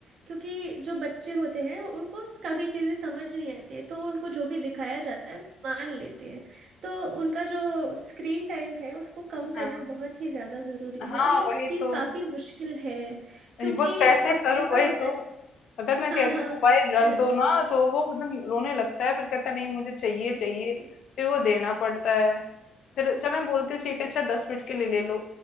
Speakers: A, on the right; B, on the left.
A: क्योंकि जो बच्चे होते हैं उनको काफ़ी चीज़ें समझ नहीं आती है तो उनको जो भी दिखाया जाता है वो मान लेते हैं तो उनका जो स्क्रीन टाइम है उसको कम करना
B: हाँ
A: बहुत ही ज़्यादा ज़रूरी
B: हाँ
A: है और ये
B: वही
A: चीज़
B: तो
A: काफ़ी मुश्किल है क्योंकि
B: वो कैसे
A: अब
B: करूं
A: ऐसा
B: वही
A: होता
B: तो
A: है
B: अगर मैं
A: हाँ
B: कहती
A: हाँ
B: हूँ मोबाइल रख
A: अ,
B: दो ना तो वो एकदम रोने लगता है फिर कहता है नहीं मुझे चाहिए
A: जी
B: चाहिए
A: जी
B: फिर वो देना पड़ता है फिर जब मैं बोलती हूँ ठीक है अच्छा दस मिनट के लिए ले लो